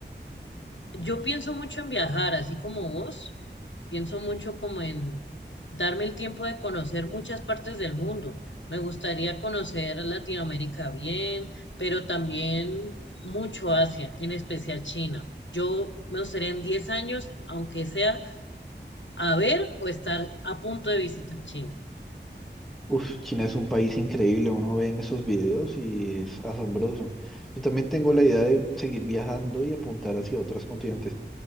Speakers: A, on the left (about 85°); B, in the centre.
A: yo pienso mucho en viajar, así como vos, pienso mucho como en darme el tiempo de conocer muchas partes del mundo. Me gustaría conocer Latinoamérica bien, pero también mucho Asia, en especial China. Yo me gustaría en 10 años, aunque sea a ver o estar a punto de visitar China.
B: Uf, China es un país increíble, uno ve en esos videos y es asombroso. Yo también tengo la idea de seguir viajando y apuntar hacia otros continentes.